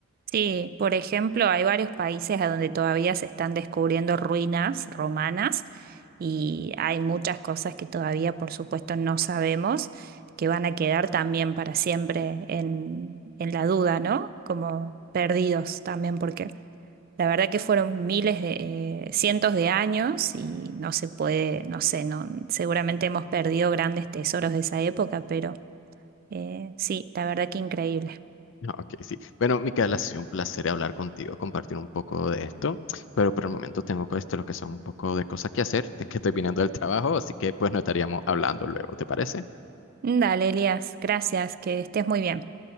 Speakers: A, on the right (about 45°); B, on the left (about 60°).
A: Sí, por ejemplo, hay varios países a donde todavía se están descubriendo ruinas romanas y hay muchas cosas que todavía, por supuesto, no sabemos, que van a quedar también para siempre en, en la duda, ¿no? Como perdidos también, porque la verdad que fueron miles de, eh, cientos de años y no se puede, no sé, no, seguramente hemos perdido grandes tesoros de esa época, pero eh, sí, la verdad que increíble.
B: Ah, Ok, sí. Bueno, Micaela, ha sido un placer hablar contigo, compartir un poco de esto, pero por el momento tengo co- esto, lo que son un poco de cosas que hacer, de que estoy viniendo del trabajo, así que pues no estaríamos hablando luego, ¿te parece?
A: Dale, Elías, gracias, que estés muy bien.